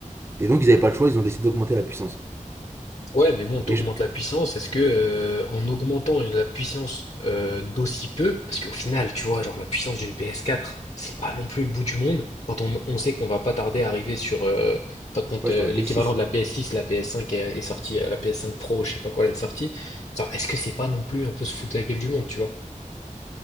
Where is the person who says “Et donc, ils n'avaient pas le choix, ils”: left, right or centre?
Right